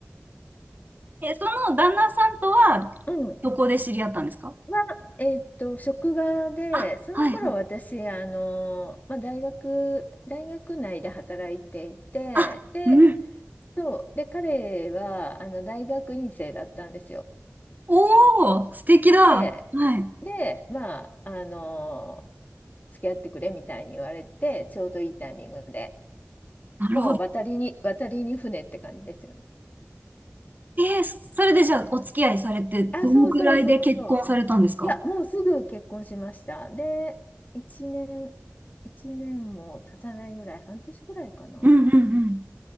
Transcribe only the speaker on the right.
え、その旦那さんとは、
どこで知り合ったんですか
あ、
はいはい。
あ、
うん。
おー、素敵だ。
はい。
なるほど。
えー、それでじゃあお付き合いされて、どのくらいで結婚されたんですか
うんうんうん。